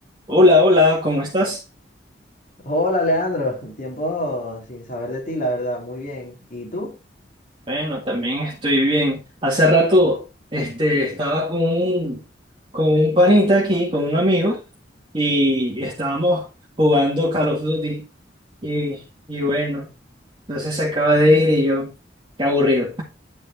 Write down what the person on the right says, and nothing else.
Hola, hola, ¿cómo estás?
Bueno, también estoy bien. Hace rato este, estaba con un, con un panita aquí, con un amigo, y estábamos jugando Call of Duty. Y, y bueno, entonces se acaba de ir y yo, qué aburrido.